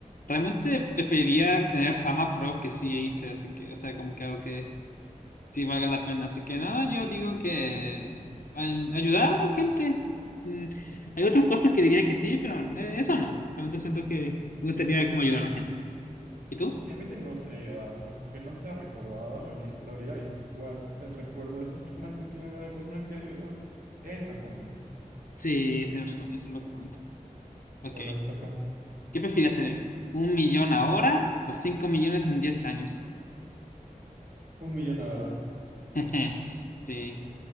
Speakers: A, on the left (about 75°); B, on the right (about 75°).
A: realmente preferiría tener fama por algo que sí hice, así que, o sea, como que algo que sí valga la pena. Así que no, yo digo que ay- ayudar a gente. Mm, hay otras cosas que diría que sí, pero eh, eso no. Realmente siento que me gustaría como ayudar a la gente. ¿Y tú?
B: Sí, a mí también me gustaría ayudar, aunque no sea recordado en la historia, igual el recuerdo de esas personas que tienen a la persona que ayudó, eso cuenta.
A: Sí, tienes razón, eso es lo que cuenta. Ok.
B: Te toca, te toca.
A: ¿Qué preferirías tener? ¿Un millón ahora o cinco millones en diez años?
B: Un millón ahora.
A: <laughs> Sí,